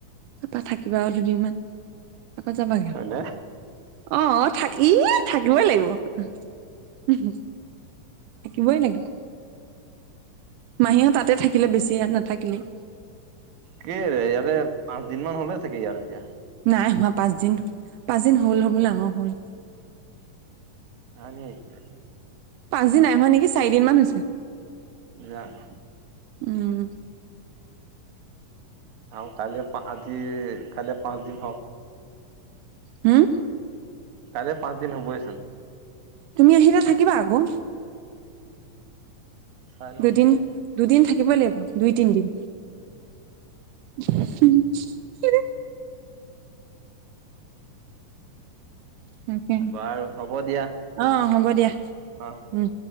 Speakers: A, on the right (about 80°); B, on the right (about 65°).
A: তাৰপা থাকিবা আৰু দুদিনমান। তপা যাবাগে
B: হয় নে
A: আও অ থা ই থাকিবই লাগিব থাকিবই লাগিব। মাহীহত তাতে থাকিলে বেছি ইয়াত নাথাকিলেই।
B: কিৰে ইয়াতে আ দিনমান হ'লেই থাকি ইয়াত এতিয়া।
A: নাই হোৱা পাঁচদিন পাঁচদিন হ'ল হবলা অ হ'ল
B: কাহানি আহিছিলা?
A: পাঁচ দিন নাই হোৱা নেকি চাৰিদিন মান হৈছে।
B: জানো
A: উম
B: আৰু কাললৈ পা আজি কাইলে পাঁচ দিন হওঁক।
A: হুও
B: কাইলৈ পাঁচ দিন হ'বহিচোন
A: তুমি আহিলে থাকিবা আকৌ
B: চাই লওঁচোন
A: দুদিন দুদিন থাকে থাকিব লাগিব দুই তিনিদিন হুম হুম হিঁ তাকে।
B: বাৰু হ'ব দিয়া
A: অ হ'ব দিয়া
B: অঁ
A: উম